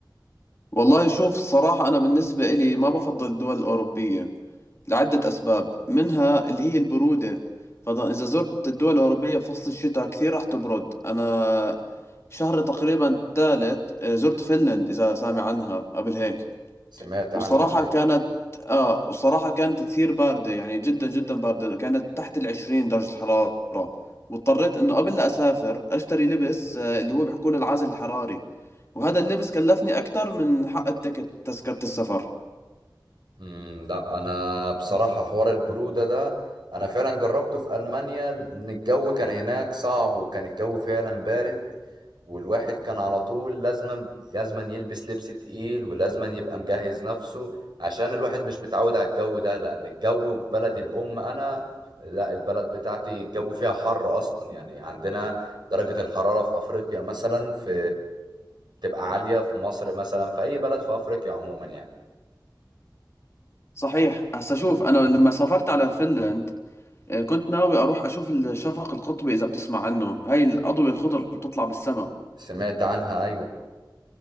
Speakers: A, on the left; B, on the right.
A: والله شوف الصراحة أنا بالنسبة إلي ما بفضل الدول الأوروبية لعدة أسباب منها اللي هي البرودة فطبعا إذا زرت الدول الأوروبية فصل الشتاء كثير راح تبرد أنا شهر تقريبا ثالث زرت فنلند إذا سامع عنها قبل هيك
B: سمعت عنها
A: وصراحة
B: أيوة.
A: كانت آه وصراحة كانت كثير باردة يعني جدا جدا باردة كانت تحت العشرين درجة الحرارة واضطريت إنه قبل لا أسافر أشتري لبس آه اللي هو بيحكوا له العازل الحراري وهذا اللبس كلفني أكثر من حق التكت تذكرة السفر
B: مم، لا انا بصراحه حوار البروده ده انا فعلا جربته في المانيا لان الجو كان هناك صعب وكان الجو فعلا بارد والواحد كان على طول لازما لازما يلبس لبس تقيل ولازما يبقى مجهز نفسه عشان الواحد مش متعود على الجو ده لان الجو في بلد الام انا لا البلد بتاعتي الجو فيها حر اصلا يعني عندنا درجه الحراره في افريقيا مثلا في بتبقى عاليه في مصر مثلا في اي بلد في افريقيا عموما يعني
A: صحيح هسا شوف أنا لما سافرت على فنلند آه كنت ناوي أروح أشوف الشفق القطبي إذا بتسمع عنه هاي الأضوية الخضر اللي بتطلع بالسما
B: سمعت عنها ايوه